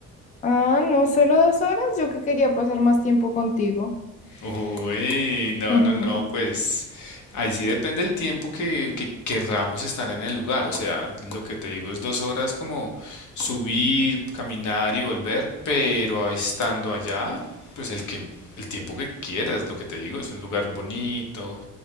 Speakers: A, on the left; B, on the left.
A: Ah, no, solo dos horas, yo que quería pasar más tiempo contigo.
B: Uy, no,
A: Ujú.
B: no, no, pues ahí sí depende el tiempo que, que querramos estar en el lugar. O sea, lo que te digo es dos horas como subir, caminar y volver, pero a- estando allá, pues el que, el tiempo que quieras, lo que te digo, es un lugar bonito,